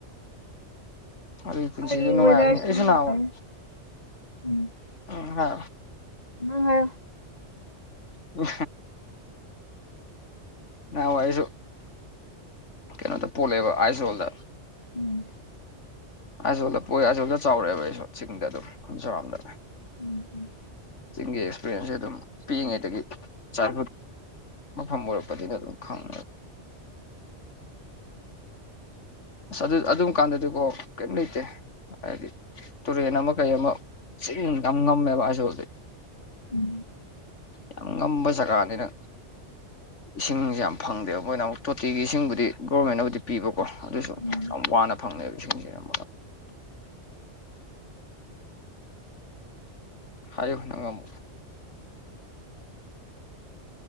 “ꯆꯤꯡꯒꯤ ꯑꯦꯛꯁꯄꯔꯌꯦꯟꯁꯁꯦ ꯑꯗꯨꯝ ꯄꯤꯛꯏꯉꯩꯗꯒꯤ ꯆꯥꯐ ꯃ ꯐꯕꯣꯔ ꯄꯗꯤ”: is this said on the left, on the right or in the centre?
Left